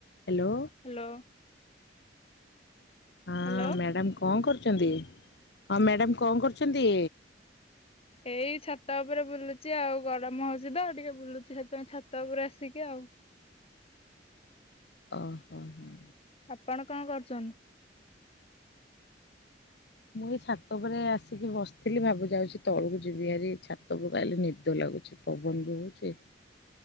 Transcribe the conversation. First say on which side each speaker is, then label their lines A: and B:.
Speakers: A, on the left; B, on the left.
A: Hello.
B: Hello
A: ହଁ
B: hello
A: madam କଣ କରୁଛନ୍ତି ହଁ ମ୍ୟାଡାମ କଣ କରୁଛନ୍ତି?
B: ଏଇ ଛାତ ଉପରେ ବୁଲୁଛି ଆଉ ଗରମ ହଉଛି ତ ଟିକେ ବୁଲୁଛି ସେଥିପାଇଁ ଛାତ ଉପରେ ଆସି ଶିକେ ଆଉ।
A: ଓ ହୋ ହୋ,
B: ଆପଣ କଣ କରୁଛନ୍ତି?
A: ମୁଁ ଏଇ ଛାତ ଉପରେ ଆସିକି ବସିଥିଲି ଭାବୁ ଯାଉଛି ତଳକୁ ଯିବି ହାରି ଛାତ ଉପରୁ ଅଇଲେ ନିଦ ଲାଗ ଲାଗୁଛି ପବନ ଜଉ ହଉଚି,